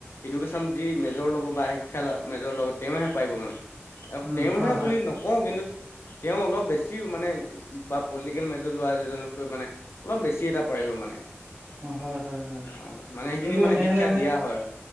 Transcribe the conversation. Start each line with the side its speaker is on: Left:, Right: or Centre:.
Left: এডুকেশ্যন যি মেজৰ ল'ব বা শিক্ষা মেজৰ ল'ব তেওঁহে পাৰিব মানে
Right: উম
Left: তেওঁহে
Right: হয় হয়
Left: বুলি নকওঁ কিন্তু তেওঁ অলপ বেছি মানে বা পলিটিকেল মেজৰ লোৱা এজনতকৈ মানে অলপ বেছি এটা পাৰে পাৰিব মানে
Right: হয় হয় হয়
Left: অ মানে সেইখিনি
Right: তুমিতো
Left: মানে
Right: সেনেহলে
Left: শিক্ষা দিয়া হয়